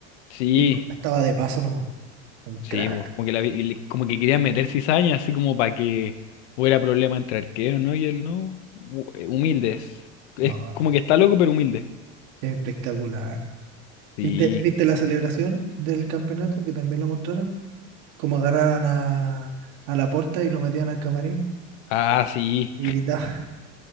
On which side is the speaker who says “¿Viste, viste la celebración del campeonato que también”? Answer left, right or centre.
Right